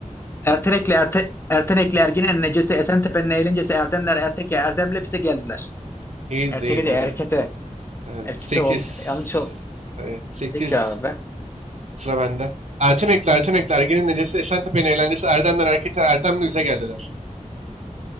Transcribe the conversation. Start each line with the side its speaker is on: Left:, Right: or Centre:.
Left: Ertenekli Erte Ertenekli Ergin'in necesi Esentepe'nin eğlencesi Erdemler Erteke Erdem'le bize geldiler.
Right: iyi
Left: Erteke
Right: değil hadi.
Left: de Erkete.
Right: Evet,
Left: Erkite
Right: sekiz.
Left: ol. Yanlış ol.
Right: Evet, sekiz.
Left: Peki abi.
Right: Sıra bende. Ertenekli, Ertenekli, Ergen'in necesi, Eşentepe'nin eğlencesi, Erdemler harekete Erdemli bize geldiler.